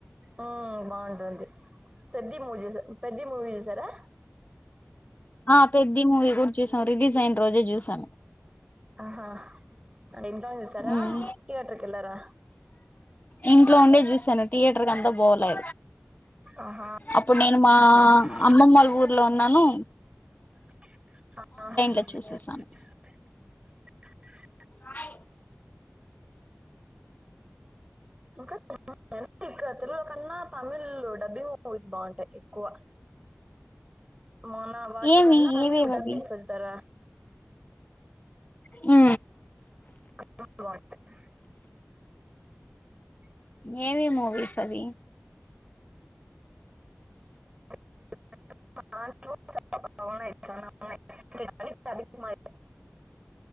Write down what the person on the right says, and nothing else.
ఆ బావుంటుంది పెద్ది మూవీ చేసా పెద్ది మూవీ చూసారా
ఆహా అది ఇంట్లో చూసారా
థియేటఎక్కేళ్లారా
ఆహా
ఆ.
ఆహ
ఇంకా ఇక్క తెలుగు కన్నా తమిల్ డబ్బింగ్ బాగుంటాయి ఎక్కువ మన వాటి
కన్నా తమిళ్
డబ్బింగ్
వ తర
<inaudible>
న్నా <inaudible> చానా ఉన్నాయ్ <unintelligible> పనిక్ మల్